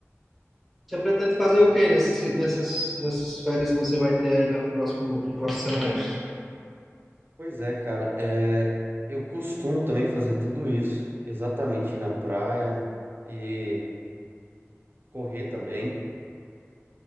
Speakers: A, in the centre; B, on the right.
A: Você pretende fazer o quê nesse, nessas, nessas férias que você vai ter aí na próximo, no próximo semestre?
B: Pois é, cara, é, eu costumo também fazer tudo isso. Exatamente, ir na praia e correr também.